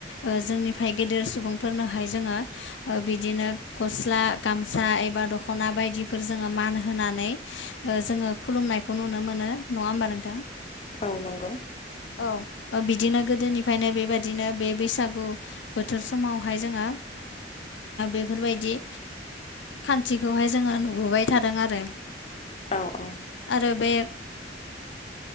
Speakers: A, on the left; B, on the left.
A: ओ जोंनिफ्राय गेदेर सुबुंफोरनोहाय जोङो ओ बिदिनो गस्ला गामसा एबा दख'ना बायदिफोर जोङो मान होनानै जोङो खुलुमनायखौ नुनो मोनो नङा होमबा नोंथां?
B: औ नंगौ।
A: औ बिदिनो गोदोनिफ्रायनो बेबायदिनो बे बैसागु बोथोर समावहाय जोङो बेफोरबायदि खान्थिखौहाय जोङो नुबोबाय थादों आरो।
B: औ औ
A: आरो बे